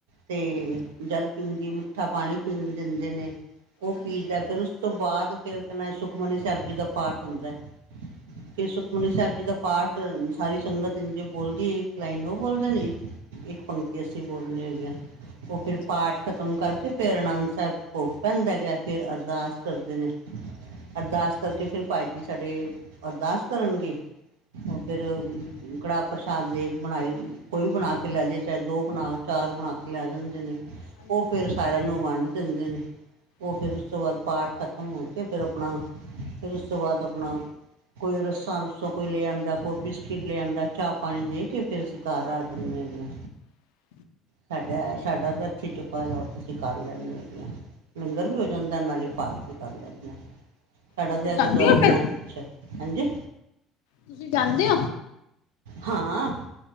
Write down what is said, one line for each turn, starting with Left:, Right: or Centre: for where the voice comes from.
Right: ਤੇ
Left: ਅੱਛਾ ਜੀ
Right: ਜਲ ਪੀਣ ਦੀ ਮਿੱਠਾ ਪਾਣੀ ਪੀਣ ਦਿੰਦੇ ਨੇ। ਉਹ
Left: ਹਾਂਜੀ
Right: ਪੀਂ ਦਾ ਫਿਰ ਉਸ ਤੋਂ ਬਾਅਦ ਫੇਰ ਕਹਿੰ ਸੁਖਮਨੀ ਸਾਹਿਬ ਜੀ ਦਾ ਪਾਠ ਹੁੰਦਾ ਹੈ। ਫੇਰ ਸੁਖਮਨੀ ਸਾਹਿਬ ਜੀ ਦਾ ਪਾਠ ਸਾਰੀ ਸੰਗਤ ਜੇ ਬੋਲਦੀ ਇਕ ਲਾਇਨ ਉਹ ਬੋਲਦੇ ਨੇ, ਇੱਕ ਪੰਕ ਅਸੀਂ ਬੋਲਣੇ ਹੈਗੇ ਹਾਂ। ਉਹ ਫਿਰ
Left: ਅੱਛਾ
Right: ਪਾਠ
Left: ਜੀ
Right: ਖਤਮ ਕਰਕੇ ਫੇਰ ਆਨੰਦ ਸਾਹਿਬ ਭੋਗ ਪੈਂਦਾ ਗਿਆ। ਫਿਰ ਅਰਦਾਸ
Left: ਅੱਛਾ ਜੀ,
Right: ਕਰਦੇ ਨੇ। ਅਰਦਾਸ ਕਰਕੇ ਫਿਰ ਭਾਈ ਜੀ ਸਾਡੇ ਅਰਦਾਸ ਕਰਨਗੇ। ਉਹ ਫੇਰ ਕੜਾਹ ਪ੍ਰਸ਼ਾਦ ਦੇਗ ਬਣਾਈ। ਕੋਈ ਵੀ ਬਣਾ ਕੇ ਲੈ ਜੇ ਚਾਹੇ ਦੋ ਬਣਾ ਚਾਰ ਬਣਾ ਕੇ ਲੈ ਜਾਂਦੇ ਨੇ।
Left: ਹਾਂਜੀ
Right: ਉਹ
Left: ਹਾਂਜੀ
Right: ਫਿਰ ਸਾਰਿਆਂ ਨੂੰ ਮੰੰਨ ਦਿੰਦੇ ਨੇ। ਉਹ
Left: ਅੱਛਾ
Right: ਫਿਰ
Left: ਜੀ
Right: ਉਸ ਤੋਂ
Left: ਚਲੋ
Right: ਬਾਅਦ ਪਾਠ ਖ਼ਤਮ ਹੋ ਕੇ ਫੇਰ ਆਪਣਾ, ਫਿਰ ਉਸ ਤੋਂ ਬਾਅਦ ਆਪਣਾ ਕੋਈ ਰੱਸਾਂ- ਰੁਸਾਂ ਕੋਈ ਲੈ ਆਂਉਦਾ। ਕੋਈ ਬਿਸਕਿਟ ਲੈ ਆਂਉਦਾ, ਚਾਹ ਪਾਣੀ ਦੇ ਕੇ ਫੇਰ ਅਸੀਂ ਘਰ ਆ ਜਾਂਦੇ ਹਾਂ। ਠੀਕ ਹੈ।
Left: ਹ <inaudible>
Right: ਸਾਡਾ- ਸਾਡਾ ਵੀ ਇਥੇ ਚੁੱਪਹਿਰਾ ਅਸੀਂ ਕਰ ਲੈਦੇ ਹੋਗੇ। ਲੰਗਰ ਵੀ ਹੋ ਜਾਂਦਾ ਨਾਲੇ ਪਾਠ ਕਰ ਲੈਂਦੇ ਹਾਂ, ਸਾਡਾ
Left: ਤੁਸੀਂ
Right: ਤੇ ਏ
Left: ਜਾਂਦੇ
Right: ਗੁਰਦੁਆਰਾ
Left: ਹੋ ਫਿਰ
Right: ਬਹੁਤ ਅੱਛਾ। ਹਾਂਜੀ।
Left: ਤੁਸੀਂ ਜਾਂਦੇ ਹੋ?
Right: ਹਾਂ।